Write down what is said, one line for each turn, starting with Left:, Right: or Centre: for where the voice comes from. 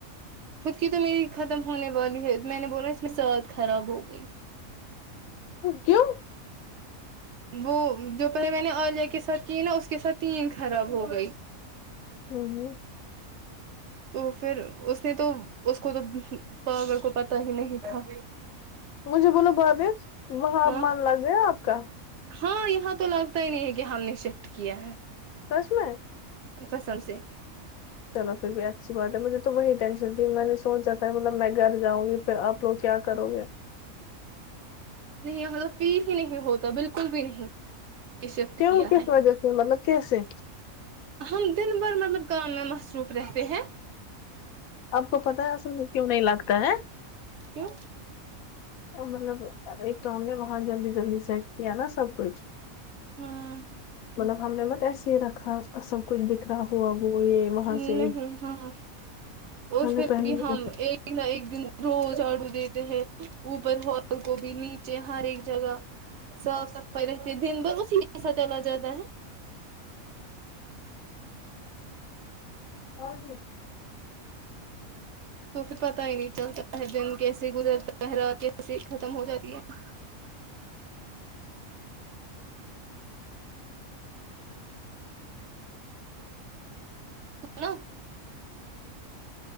Right: خود کی تو میری ختم ہونے والی ہے میں نے بولا اس میں سعد خراب ہو گئی
Left: کیوں
Right: وہ جو پہلے میں نے عالیہ کے ساتھ کی نا اس کے ساتھ تین خراب ہو گئی
Left: ہوں ہوں
Right: تو پھر اس نے تو اس کو تو ہ پاگل کو پتا ہی نہیں تھا
Left: مجھے بولا بہد وہاں
Right: ہاں
Left: من لگ گیا آپ کا
Right: ہاں یہاں تو لگتا ہی نہیں ہے کہ ہم نے شفٹ کیا ہے
Left: سچ میں
Right: قسم سے
Left: چلو پھر بھی اچھی بات ہے مجھے تو وہی ٹینشن تھی میں نے سوچا تھا مطلب میں گھر جاؤں گی پھر آپ تو کیا کرو گے
Right: نہیں یہاں تو فیل ہی نہیں ہوتا بالکل بھی نہیں کہ شفٹ
Left: کیوں
Right: کیا
Left: کس
Right: ہے
Left: وجہ سے مطلب کیسے
Right: ہم دن بھر مطلب کام میں مصروف رہتے ہیں
Left: آپ کو پتہ ہے اصل میں کیوں نہیں لگتا ہے
Right: کیوں
Left: مطلب ایک تو ہم نے وہاں جلدی جلدی سیٹ کیا نا سب کچھ
Right: ہوں
Left: مطلب ہم نے مت ایسے رکھا سب کچھ بکھرا ہوا وہ یہ وہاں
Right: نہیں
Left: سے
Right: ہاں اور
Left: ہم نے
Right: پھر
Left: پہلے
Right: بھی ہم ایک نہ ایک دن روز جھاڑو دیتے ہیں اوپر ہال کو بھی نیچے ہر ایک جگہ صاف صفائی رہتی ہے دن بھر اسی میں ایسا چلا جاتا ہے
Left: اور
Right: تو پھر پتا ہی نہیں چلتا ہے دن کیسے گزرتا رات کیسے ختم ہو جاتی ہے ہلو